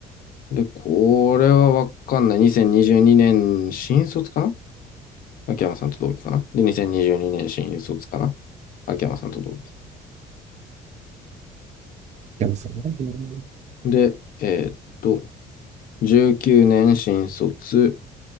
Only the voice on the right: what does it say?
でもさ、なんでやるの